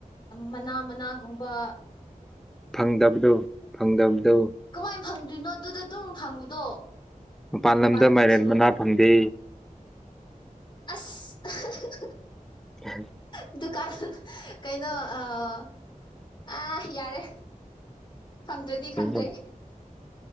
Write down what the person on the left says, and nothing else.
ꯃꯅꯥ ꯃꯅꯥ ꯑꯃꯝꯕ
ꯀꯃꯥꯏꯅ ꯐꯪꯗ꯭ꯔꯥꯅꯣ ꯑꯗꯨꯗ ꯑꯗꯨꯝ ꯐꯪꯕꯗꯣ
ꯃꯄꯥꯥꯟꯗꯨꯁꯨ
ꯑꯁ <unintelligible>
ꯗꯨꯀꯥꯟ ꯀꯩꯅꯣ ꯑꯥ ꯑꯥ ꯌꯥꯔꯦ ꯐꯪꯗ꯭ꯔꯗꯤ ꯈꯪꯗ꯭ꯔꯦ